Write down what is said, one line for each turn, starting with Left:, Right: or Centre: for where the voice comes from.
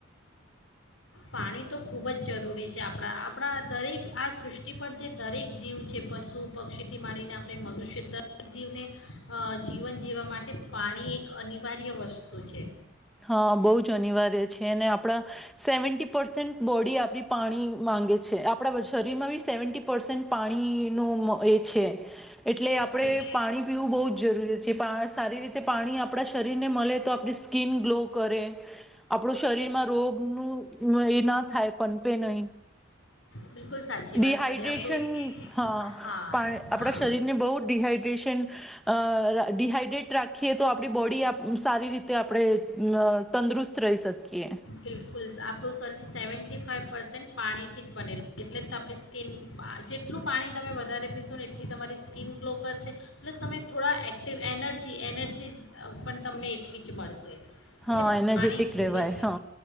Left: પાણી તો ખૂબ જ જરૂરી છે આપણા આપણા દરેક આ સૃષ્ટિ પર જે દરેક જીવ છે પશુ પક્ષીથી માંડીને આપણે મનુષ્ય દરેક જીવને અ જીવન જીવવા માટે પાણી એક અનિવાર્ય વસ્તુ છે.
Centre: હા બહુ જ અનિવાર્ય છે ને આપણા સેવન્ટટી પરસેન્ટ બોડી આપ પાણી માંગે છે આપણા શરીરમાં બી સેવન્ટી પરસન પાણી નું એ છે એટલે આપણે
Left: બિલ
Centre: પાણી પીવું બહુ જ જરૂરી છે જે સારી રીતે પાણી આપણા શરીર ને મળે તો આપ સ્કીન ગ્લો કરે આપણું શરીરમાં રોગ નુ એ ના થાય પનપે નહી
Left: બિલકુલ સાચી
Centre: ડિહાઈડ્રેશન
Left: વાત કરી આપણું
Centre: હા
Left: હા
Centre: આપણા
Left: હા
Centre: શરીરને બહુ ડિહાઈડ્રેશન ડિહાઈડ્રેટ રાખ રાખીએ તો આપડી બોડી સારી રીતે આપણે તંદુરસ્ત રહી શકીએ
Left: બિલકુલ આપણું શરીર સેવન્ટી ફાાઈવ પર્સેન્ટ પાણીથી જ બને એટલે તો આપણી સ્કીિન જેટલું પાણી તમે વધારે પીશો ને એટલી તમારી સ્કીિન ગ્લો કરશે પ્લસ તમે થોડા એક્ટિવ એનર્જી એનર્જી પણ તમને એટલી જ મળશે એટલે
Centre: હા એનર્જેટિક
Left: પાણી ખૂબ
Centre: રહેવાય
Left: જ
Centre: હ